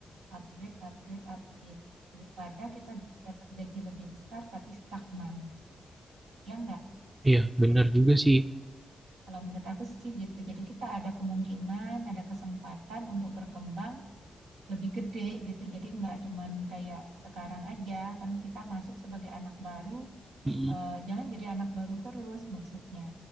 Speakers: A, on the right; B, on the right.
A: upgrade, upgrade, upgrade. Daripada kita dapat gaji lebih besar tapi stagnan. Ya enggak?
B: Iya, benar juga sih.
A: Kalau menurut aku sih gitu. Jadi kita ada kemungkinan, ada kesempatan untuk berkembang lebih gede gitu. Jadi enggak cuman kayak sekarang aja. Kan kita masuk sebagai anak baru,
B: Mm,
A: eh, jangan jadi anak baru terus maksudnya.